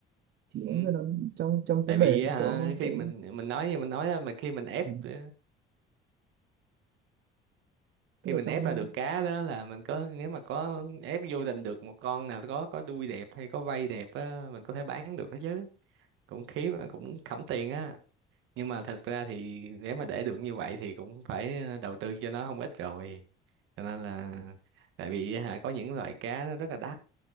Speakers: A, on the right (about 55°); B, on the right (about 75°).
A: thì
B: Ừ.
A: đúng là nó trong trong
B: tại
A: cái bể
B: vì hả,
A: nó có
B: khi
A: cái
B: mình mình nói như mình nói đó mà khi mình ép
A: ừ,
B: ờ,
A: tức
B: khi
A: là
B: mình
A: trong
B: ép ra được cá đó là mình có nếu mà có ép vô tình được một con nào có có đuôi đẹp hay có vây đẹp á mình có thể bán được đó chứ cũng khí cũng khẩm tiền á nhưng mà thật ra thì nếu mà để được như vậy thì cũng phải ờ, đầu tư cho nó không ít rồi cho nên là tại vì hả có những loại cá nó rất là đắt